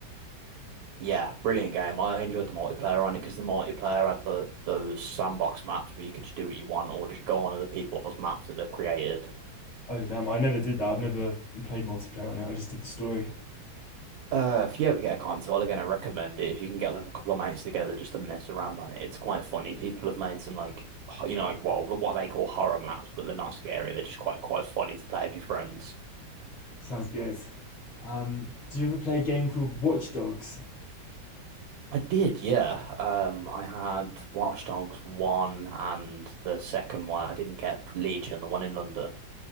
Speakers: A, on the right; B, on the left.
A: Yeah, brilliant game. I enjoyed the multiplayer on it because the multiplayer had the those sandbox maps where you could just do what you want or just go on other people's maps that they've created
B: Oh damn! I never did that. I've never played multiplayer on it. I just did the story.
A: Uh, if you ever get a console, again, I recommend it. If you can get like a couple of mates together just to mess around on it, it's quite funny. People have made some like, ho- you know, like well, the- what they call horror maps, but they're not scary. They're just quite quite funny to play with your friends.
B: Sounds good. Um, do you ever play a game called Watch Dogs?
A: I did, yeah. Um, I had Watch Dogs one and the second one. I didn't get Legion, the one in London.